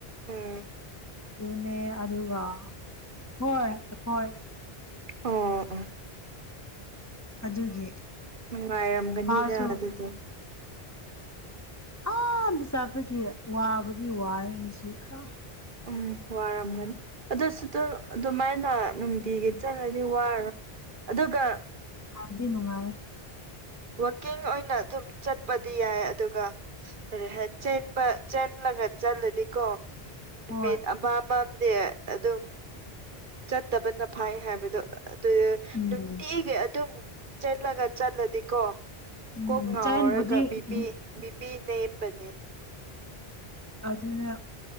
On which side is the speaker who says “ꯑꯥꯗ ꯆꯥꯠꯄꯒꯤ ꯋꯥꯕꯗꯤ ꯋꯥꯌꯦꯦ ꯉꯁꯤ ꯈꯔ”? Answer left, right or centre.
Left